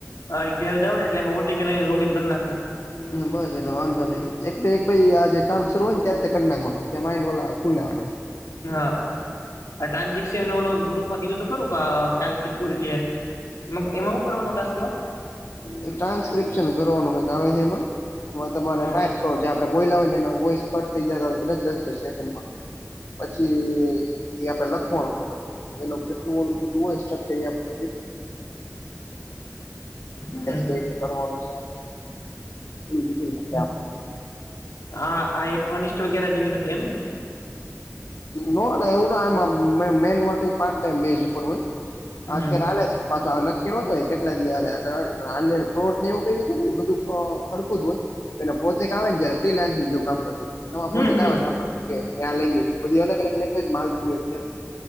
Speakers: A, on the left (about 75°); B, on the left (about 60°).
A: હ ઘેર જાવ ને એટલે એમાં ઓટીપી લઈને લોગીન કરી નાખું.
B: હ બસ એટલે વાંધો નહીં. એકાઈ આજ કામ શરૂ હોય ને ત્યાં કરી નાખવાનું, ત માઇન્ડ ખુલ હ.
A: હા, ટ્રાન્ઝેકશન ઓ ગ્રુપમાં કીધું તો ખરું કાલથી ખુલે છે. એમાં શું કરવાનું ટાસ્ક માં?
B: ટ્રાન્સ્ક્રિપ્શન કરવાનું કંઈક આવે છે, એમાં એમાં તમને
A: હા
B: ટાઈપ જે આપણે બોઈલા હોય ને, વોઈસ કટ થઈ જાય દસ-દસ સેકન્ડમાં. પછી એ આપડે લખવાનું બધું. હ, કેટલું ઓલું બધુ હોય એને.
A: હમ
B: રી કરવાનું <unintelligible> બિટેલ આપને.
A: હા, આ અનિસ્ટોલ કરી જેવી નથી એમ ને?
B: ના, એવું ના. એમાં મેન પાચ ટાઈમ બેઝ ઉપર હોય,
A: હમ
B: અત્યારે ચાલે છે. પાછું નક્કી નતો હોય કેટલા ફ્રોડ, એવું કઈ રીતે ને? બધું હલકું જ હોય. તો એ પ્રોજેક્ટ આવે જાય, ફ્રીન્સિંગ જે કામ કર નવા
A: હમ
B: પ્રોજેક્ટ
A: હમ
B: આવે આપણે આવે જ. બધી અલગ-અલગ લેંગ્વેજ માતું હોય અત્યારે.